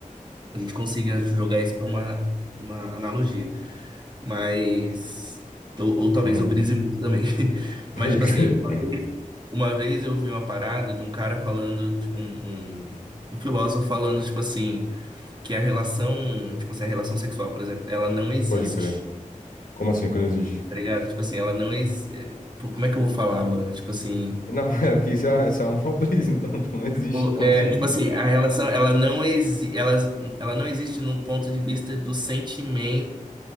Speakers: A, on the right; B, on the left.
A: a gente consiga jogar isso para uma, uma analogia. Mas. Ou, ou talvez
B: hum,
A: eu brise
B: <laughs>
A: muito também. <laughs>
B: pode
A: Mas, tipo
B: crer.
A: assim, uma vez, uma vez eu vi uma parada de um cara falando, t- um, um, um filósofo falando, tipo assim, que a relação, tipo assim, a relação sexual, por exemplo, ela não existe.
B: Pode crer. Como assim que não existe?
A: Tá ligado? Tipo assim, ela não existe. Como é que eu vou falar, mano? Tipo assim.
B: Não, <laughs> é porque isso é, isso é uma mó brisa, então, tipo, não existe.
A: o-
B: Como
A: É,
B: assim?
A: tipo assim, a relação, ela não exi ela, ela não existe no ponto de vista do sentimento.